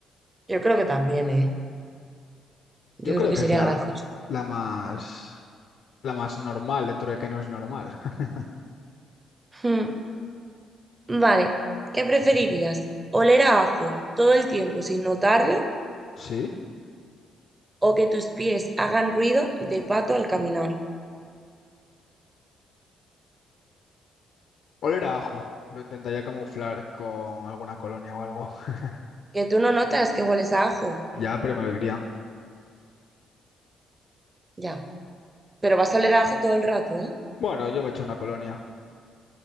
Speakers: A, on the right; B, on the left.
A: Yo creo que también, ¿eh? Yo
B: Yo creo
A: creo que
B: que
A: sería
B: es la,
A: gracioso.
B: la más... La más normal dentro de que no es normal. <laughs>
A: Hmm. Vale, ¿qué preferirías? ¿Oler a ajo todo el tiempo sin notarlo
B: ¿Sí?
A: o que tus pies hagan ruido de pato al caminar?
B: Oler a ajo. Lo intentaría camuflar con alguna colonia o algo. <laughs>
A: Que tú no notas que hueles a ajo,
B: Ya, pero me lo dirían.
A: ya, pero vas a oler a ajo todo el rato, ¿eh?
B: Bueno, yo me echo una colonia.